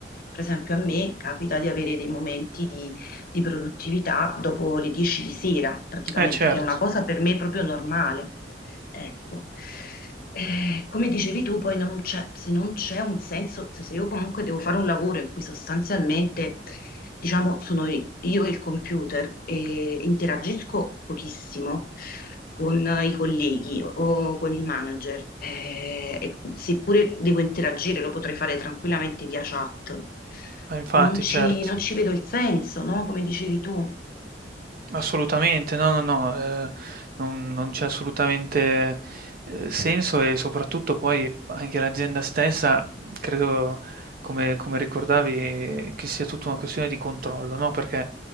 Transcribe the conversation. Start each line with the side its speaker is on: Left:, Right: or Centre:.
Left: per esempio a me capita di avere dei momenti di, di produttività dopo le 10 di sera, praticamente,
Right: Eh certo,
Left: che è una cosa per me proprio normale. Ecco. Eh, come dicevi tu, poi non c'è- se non c'è un senso, cioè se io comunque devo fare un lavoro in cui sostanzialmente, diciamo, sono i- io e il computer e interagisco pochissimo con eh, i colleghi o con il manager, eh, e seppure devo interagire, lo potrei fare tranquillamente via chat,
Right: eh infatti,
Left: non ci,
Right: certo.
Left: non ci vedo il senso, no? Come dicevi tu.
Right: Assolutamente, no, no, no, ehm, non non c'è assolutamente, ehm, senso e soprattutto poi anche l'azienda stessa, mhmm, credo, come come ricordavi, che sia tutta una questione di controllo, no, perché